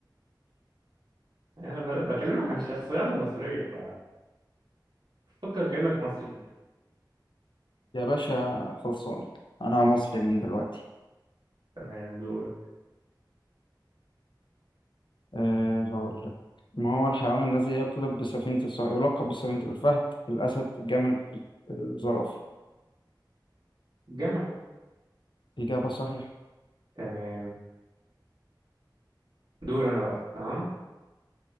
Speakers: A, on the right; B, on the left.
A: يعني انا ب- بكلمك عن الشخصيات المصريه ف تفكر كانك مصري
B: <laughs> يا باشا خلصان أنا مصري من دلوقتي
A: تمام دور
B: أه هقول لك ما هو الحيوان الذي يقلب بسفينة الصح... يلقب بسفينة الفهد الأسد الجمل الزرافة
A: جمل
B: إجابة صحيحة
A: تمام دور انا بقى تمام